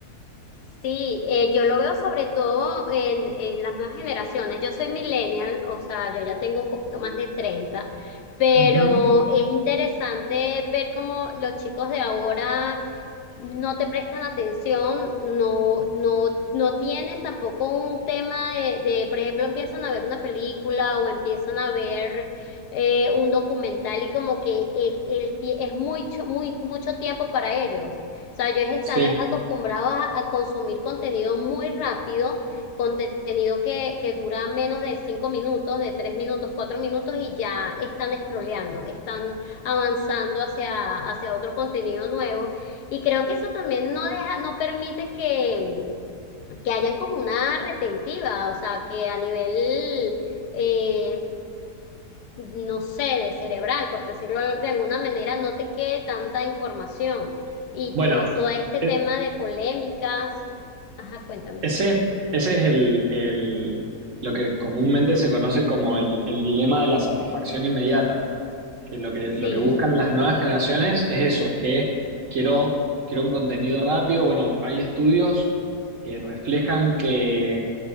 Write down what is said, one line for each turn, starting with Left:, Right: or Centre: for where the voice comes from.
Left: Sí, eh, yo lo veo sobre todo en, en las nuevas generaciones. Yo soy millennial, o sea, yo ya tengo un poquito más de 30, pero
Right: Ujú,
Left: es interesante ver cómo los chicos de ahora no te prestan atención, no, no, no tienen tampoco un tema de, de, por ejemplo, empiezan a ver una película o empiezan a ver eh, un documental y como que es, el tie- es mucho, muy, mucho tiempo para ellos. O sea, ellos están
Right: Sí,
Left: acostumbrados a, a consumir contenido muy rápido, contenido que, que dura menos de cinco minutos, de tres minutos, cuatro minutos y ya están scrolleando, están avanzando hacia, hacia otro contenido nuevo. Y creo que eso también no deja, no permite que, que hayan como una retentiva, o sea, que a nivel, eh, no sé, de cerebral, por decirlo de alguna manera, no te quede tanta información. Y
Right: bueno,
Left: to- todo este
Right: e-
Left: tema de polémicas, ajá, cuéntame.
Right: ese, ese es el, el- lo que comúnmente se conoce como el el dilema de la satisfacción inmediata. que lo que, lo
Left: Sí,
Right: que buscan las
Left: <laughs>
Right: nuevas generaciones es eso, es que quiero, quiero un contenido rápido. Bueno, hay estudios que reflejan que,